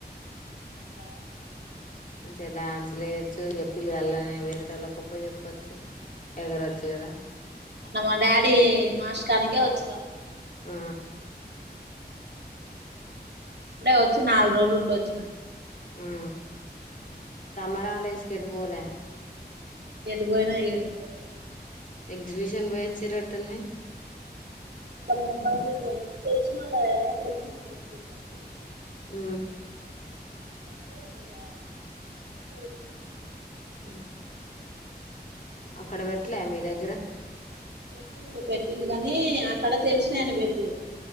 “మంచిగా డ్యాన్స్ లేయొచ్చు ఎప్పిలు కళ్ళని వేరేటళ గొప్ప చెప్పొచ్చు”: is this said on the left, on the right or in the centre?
Left